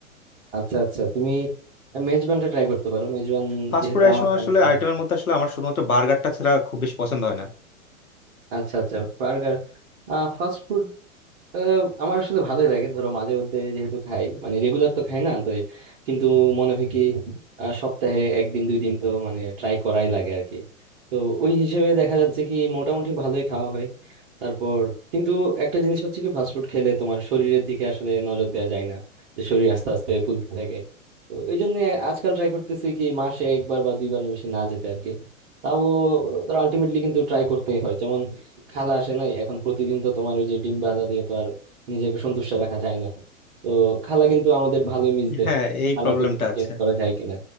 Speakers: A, on the right (about 45°); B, on the left (about 85°).
A: আচ্ছা আচ্ছা তুমি মেজবানটা ট্রাই করতে পারো মেজবান
B: ফাস্ট
A: যেহেতু
B: ফুড এর
A: আমার
B: সময়
A: এলাকায়
B: আসলে আইটেমের
A: আসে
B: মধ্যে আসলে আমার শুধুমাত্র বার্গারটা ছাড়া খুব বেশি পছন্দ হয় না
A: আচ্ছা আচ্ছা বার্গার ফাস্ট ফুড আহ, আমার আসলে ভালোই লাগে ধরো মাঝে মধ্যে যেহেতু খাই মানে রেগুলার তো খাই না তো এই- কিন্তু মনে হয় কি আহ, সপ্তাহে একদিন দুই দিন তো মানে ট্রাই করাই লাগে আর কি তো ওই হিসেবে দেখা যাচ্ছে কি মোটামুটি ভালোই খাওয়া হয় তারপর কিন্তু একটা জিনিস হচ্ছে কি ফাস্টফুড খেলে তোমার শরীরের দিকে আসলে নজর দেওয়া যায় না যে শরীর আস্তে আস্তে ফুলতে থাকে তো এই জন্য আজকাল ট্রাই করতেছি কি মাসে একবার বা দুইবারের বেশি না যেতে আর কি তাও ধরো আলটিমেটলি কিন্তু ট্রাই করতেই হয় খালা আসে নাই এখন প্রতিদিন তো তোমার ওই যে ডিম ভাজা দিয়ে তো আর নিজেকে সন্তুষ্ট রাখা যায় না তো খালা কিন্তু আমাদের ভালোই মিস দেয়
B: হ্যাঁ এই
A: খালাকে
B: প্রবলেমটা
A: দেখি
B: আছে
A: চেঞ্জ করা যায় কিনা